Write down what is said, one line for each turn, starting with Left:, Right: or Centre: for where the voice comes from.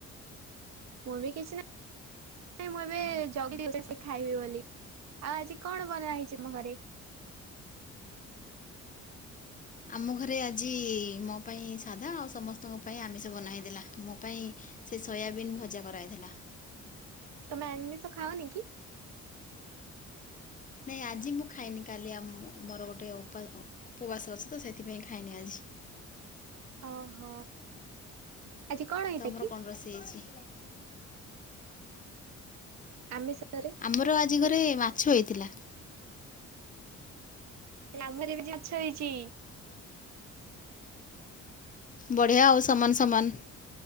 Right: ମୁଁ ବି କିଛି ନା ନାଇଁ ମୁଁ ଏବେ ଜଲଦି ଆସିଛି ଖାଇବି ବୋଲି ଆଉ ଆଜି କଣ ବନାହେଇଚି ତମ ଘରେ?
Left: ଆମ ଘରେ ଆଜି ମୋ ପାଇଁ ସାଧା ଆଉ ସମସ୍ତଙ୍କ ପାଇଁ ଆମିଷ ବନା ହେଇଥିଲା ମୋ ପାଇଁ ସେ ସୋୟାବିନ୍ ଭଜା କରାହେଇଥିଲା।
Right: ତମେ ଆମିଷ ଖାଅନିକି? <inaudible>
Left: ନାଇଁ ଆଜି ମୁଁ ଖାଇନି କାଲି ଆମ ମୋର ଗୋଟେ ଓପା ଉପବାସ ଅଛି ତ ସେଇଥିପାଇଁ ଖାଇନି ଆଜି।
Right: ଓହୋ। ଆଜି କଣ ହେଇଥା
Left: ତମର
Right: କି
Left: କଣ ରୋଷେଇ ହେଇଚି?
Right: ଆମିଷରେ
Left: ଆମର ଆଜି ଘରେ ମାଛ ହେଇଥିଲା।
Right: ଆମର ବି ଆଜି ମାଛ ହେଇଚି।
Left: ବଢ଼ିଆ ଆଉ ସମାନ ସମାନ।